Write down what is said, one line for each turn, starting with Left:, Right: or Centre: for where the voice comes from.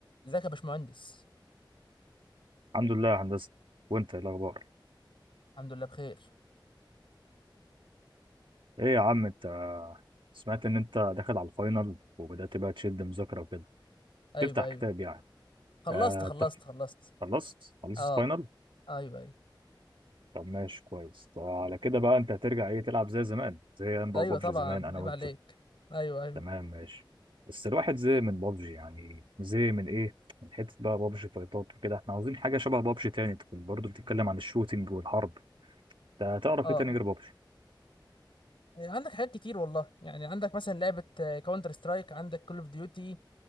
Left: ازيك يا باشمهندس
Right: الحمد لله يا هندسة وانت ايه الاخبار
Left: الحمد لله بخير
Right: ايه يا عم انت سمعت ان انت داخل على الفاينل وبدأت بقى تشد مذاكرة وكده
Left: ايوه
Right: تفتح
Left: ايوه
Right: كتاب يعني
Left: خلصت
Right: آه
Left: خلصت
Right: انت
Left: خلصت
Right: خلصت خلصت
Left: اه
Right: فاينل
Left: ايوه ايوه
Right: طب ماشي كويس طب على كده بقى انت هترجع ايه تلعب زي زمان زي انا
Left: ايوه
Right: وبابجي
Left: طبعا
Right: زمان انا
Left: عيب
Right: وانت
Left: عليك ايوه ايوه
Right: تمام ماشي بس الواحد زهق من بابجي يعني زهق من ايه من حتة بقى بابجي فايتات وكده احنا عاوزين حاجة شبه بابجي تاني تكون برضو بتتكلم عن الشوتينج والحرب ده تعرف
Left: اه
Right: ايه تاني غير بابجي
Left: إيه، عندك حاجات كتير والله يعني عندك مثلا لعبة كاونتر سترايك عندك كول اوف ديوتي